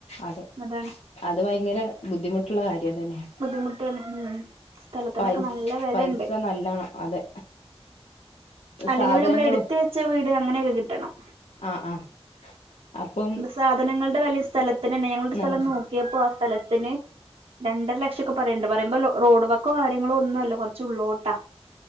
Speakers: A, on the left; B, on the right.
A: അതെ
B: അതാണ്
A: അത് വയങ്കര ബുദ്ധിമുട്ടുള്ള കാര്യം തന്നെ
B: ബുദ്ധിമുട്ടാണ് ഉം സ്ഥലത്തിനൊക്കെ
A: പൈസ
B: നല്ല വെലെണ്ട്
A: പൈസ നല്ലണം അതെ
B: അല്ലെങ്കി
A: സാധനങ്ങളും
B: പിന്നെയമ്മളെടുത്ത് വെച്ച വീട് അങ്ങനെയൊക്കെ കിട്ടണം
A: ആഹ് ആഹ് അപ്പം
B: എന്ത് സാധനങ്ങൾ ട വെലയും സ്ഥലത്തിനന്നെ ഞങ്ങളൊരു സ്ഥലം
A: നല്ല സ
B: നോക്കിയപ്പൊ ആ സ്ഥലത്തിന് രണ്ടര ലക്ഷൊക്കെ പറയണ്ട് പറയുമ്പോ ലോ റോഡ് വക്കോ കാര്യങ്ങളോ ഒന്നു അല്ല കൊറച്ച് ഉള്ളോട്ടാ